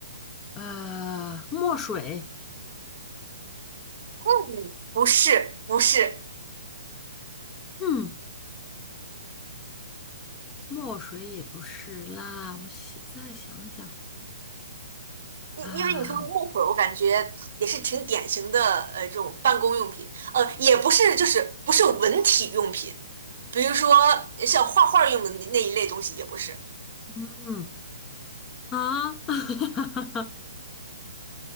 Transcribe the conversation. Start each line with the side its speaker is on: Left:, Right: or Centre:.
Left: 呃，墨水，
Right: 嗯，不是，不是，
Left: 嗯，墨水也不是啦，我想再想想
Right: 因因为你说的水，
Left: 啊，
Right: 水，我感觉也是挺典型的，呃，这种办公用品，呃，也不是，就是不是文体用品，比如说像画画用的那那一类东西，也不是，
Left: 嗯啊，<laughs>